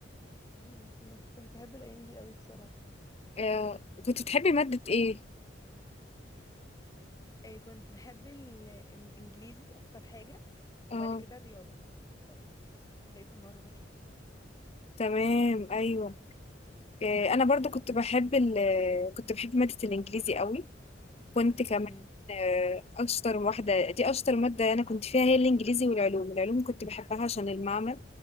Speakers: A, on the left; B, on the left.
A: امم كنا- كنت بحب الايام دي قوي بصراحه
B: آه. كنت بتحبي مادة ايه
A: آه، كنت بحب ال... الانجليزي اكتر حاجة
B: اه
A: وبعد كده الرياضة بس بقية المواد ما كنتش بحبها
B: تمام، أيوه. آآ أنا برضه
A: انتي
B: كنت
A: كنت
B: باحب ال كنت باحب مادة الإنجليزي أوي، كنت كمان
A: امم
B: آه، أشطر واحدة دي أشطر مادة أنا كنت فيها هي الإنجليزي والعلوم، العلوم كنت باحبها عشان المعمل،